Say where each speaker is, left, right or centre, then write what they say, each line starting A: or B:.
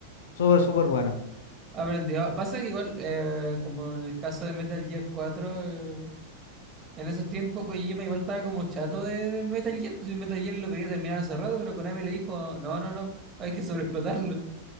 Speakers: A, on the left; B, on the right.
A: Súper, súper buenas.
B: Aprendió. Pasa que igual, eh, como en el caso de Metal Gear cuatro eh, en esos tiempos Kojima igual estaba como chato de, de Metal Gear, pues si Metal Gear lo quería terminar hace rato, pero Konami le dijo, no, no, no, hay que sobreexplotarlo,